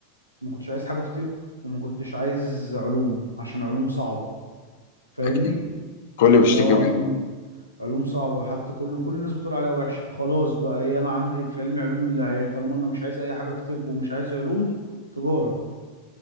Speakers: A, on the right; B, on the left.
A: ما كنتش عايز حاجة في طب وما كنتش عايز علوم عشان علوم صعبة فاهمني
B: اكيد كل بيشتكي
A: اه
B: منه
A: علوم علوم صعبة حتى كل كل الناس بتقول عليها وحشة فخلاص بقى ايه انا عندي في علمي علوم اللي هي طالما انا مش عايز اي حاجة في طب ومش عايز علوم تجارة